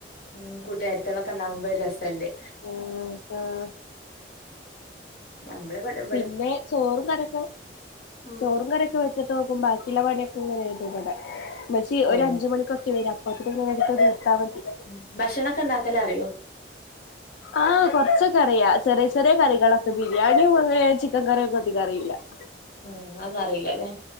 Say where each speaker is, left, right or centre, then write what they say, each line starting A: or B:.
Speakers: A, on the left; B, on the left.
A: ഉം കൂട്ട്കാരത്തിള്ളൊക്കെ ഇണ്ടാകുമ്പോ ഒരു രസല്ലേ.
B: ആഹ് ആഹ്
A: നമ്മള് വിടം
B: പിന്നെ ചോറും കറിയൊക്കെ
A: ഉം
B: ചോറും കറിയൊക്കെ വെ ച്ച്ട്ടോക്കും ബാക്കിള്ള പണിയൊക്കെ ഇങ്ങനെയ്തും വെടെ. ഉമ്മച്ചി ഒരഞ്ച്
A: ഓഹ്
B: മണിക്കൊക്കെ വേരാ ഹോസ്പിറ്റൽ നിന്ന് എടുത്ത് തീർത്താൽ മതി.
A: ഉ ഭക്ഷണംക്കെ ണ്ടാക്കല അറിയോ?
B: ആഹ് കൊറ്ച്ചൊക്കെ അറിയാ ചെറിയ ചെറിയ കറികളൊക്കെ ബിരിയാണിം അങ്ങനെ ചിക്കൻ കറിയൊക്കെ വെപ്പിക്കാൻ അറിയില്ല. <inaudible>
A: ഉം അതെന്നും അറിയില ലെ